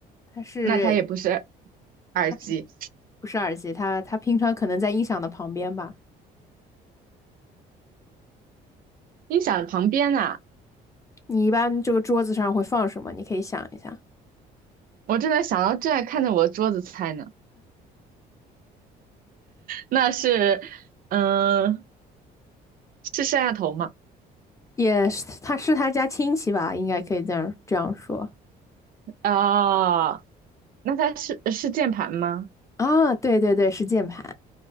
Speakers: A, on the left (about 20°); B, on the right (about 55°).
A: 它是
B: 那它也不是耳机。
A: 它平不是耳机？它它平常可能在音响的旁边吧。
B: 音响旁边啊，
A: 你一般这个桌子上会放什么？你可以想一下。
B: 我正在想到，正在看着我的桌子猜呢。那是，嗯、是摄像头吗？
A: 也是，他是他家亲戚吧？应该可以这样这样说
B: 哦，那它是是键盘吗？
A: 啊。对对对，是键盘。